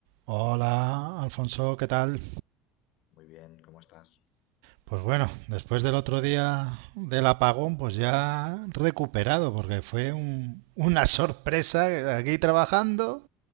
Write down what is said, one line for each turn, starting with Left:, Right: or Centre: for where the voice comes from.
Right: Hola, Alfonso, ¿qué tal?
Left: Muy bien, ¿cómo estás?
Right: Pues bueno, después del otro día del apagón, pues ya recuperado, porque fue un- una sorpresa aquí trabajando